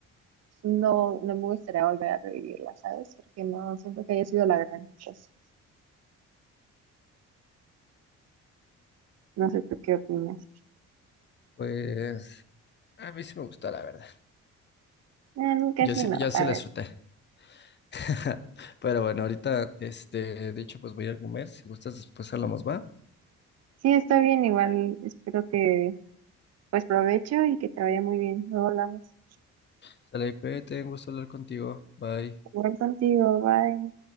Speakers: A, on the right; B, on the left.
A: no, no me gustaría volver a revivirla, ¿sabes? Porque no siento que haya sido la gran cosa. No sé tú qué opinas.
B: Pues a mí sí me gustó, la verdad.
A: En caso
B: Yo sí,
A: no,
B: yo sí
A: a
B: la
A: ver.
B: disfruté. <laughs> Pero bueno, ahorita, este, de hecho, pues voy a comer. Si gustas, después hablamos, ¿va?
A: Sí, está bien, igual espero que pues provecho y que te vaya muy bien. Luego hablamos.
B: Sale, cuídate, un gusto hablar contigo. Bye.
A: Jugar contigo, bye.